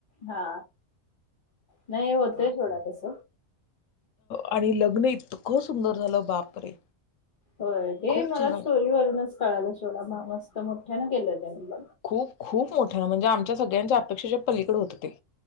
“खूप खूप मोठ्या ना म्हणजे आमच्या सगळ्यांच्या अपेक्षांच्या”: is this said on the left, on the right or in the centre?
Left